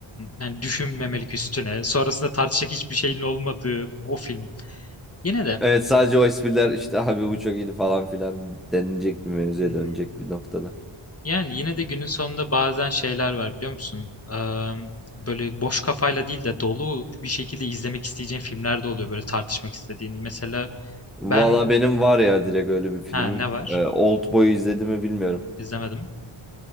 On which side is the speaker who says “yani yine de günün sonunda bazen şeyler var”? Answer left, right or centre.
Left